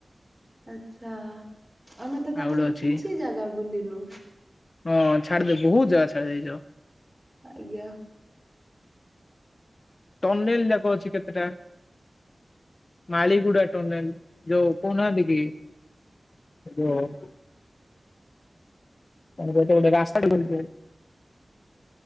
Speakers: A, on the right; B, on the left.
A: ଆଚ୍ଛା ଆମେ ତ ତାହେଲେ
B: ଆଉ ଗୋଟେ ଅଛି
A: କିଛି ଜାଗା ବୁଲିନୁ।
B: ହଁ ଛାଡିଦେ ବହୁତ ଜାଗା ଛାଡି ଦେଇଛ।
A: ଆଜ୍ଞା।
B: ଟନିଲି ଯାକ ଅଛି କେତେଟା। ମାଳିଗୁଡା ଟନେଲ ଯୋଉ କହୁ ନାହାନ୍ତି କି। ହେଲୋ <inaudible> ପର୍ବତ ଗୋଟେ ରାସ୍ତା ଟେ ପଡିଥାଏ।